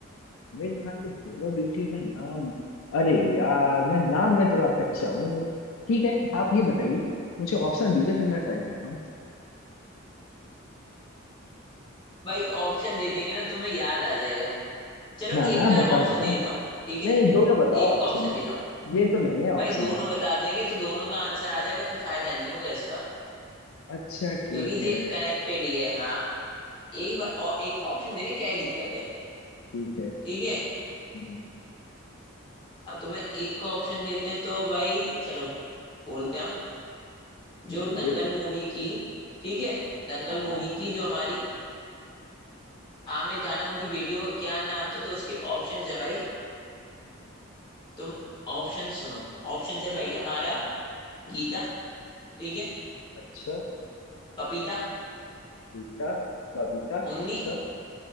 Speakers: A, on the left; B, on the left.
A: आमिर खान के दोनों बेटियों का नाम अरे यार मैं नाम में थोड़ा कच्चा हूँ ठीक है आप ये बताइए मुझे ऑप्शन दीजिए फिर मैं ट्राई करता हूँ
B: भाई ऑप्शन दे देंगे ना तो तुम्हें याद आ जाएगा चलो
A: ना ना
B: एक का
A: बताओ
B: ऑप्शन
A: बताओ
B: दे देता हूँ ठीक है
A: नहीं नहीं दोनों बताओ
B: एक
A: ऑप्शन
B: का ऑप्शन
A: में
B: दे रहा हूँ
A: ये तो नहीं है ऑप्शन
B: भाई दोनों
A: में
B: बता देंगे तो दोनों का आंसर आ जाएगा फिर फायदा नहीं होगा इसका
A: अच्छा ठीक
B: क्योंकि
A: है
B: ये कनेक्टेड ही है हाँ एक बा- और एक का ऑप्शन देने क्या ही दिक्कत है
A: ठीक है
B: ठीक है
A: हम्म,
B: अब तुम्हें एक का ऑप्शन देते हैं तो भाई चलो बोलते हैं हम जो दंगल
A: बोलिए बोलिए
B: मूवी की ठीक है दंगल
A: हाँ
B: मूवी
A: हाँ
B: की जो हमारी आमिर खान है उनकी बेटी का क्या नाम था तो उसके ऑप्शन है भाई तुम ऑप्शन सुनो ऑप्शन है भाई हमारा गीता ठीक है
A: अच्छा
B: पपीता
A: गीता बबीता
B: मुन्नी
A: अच्छा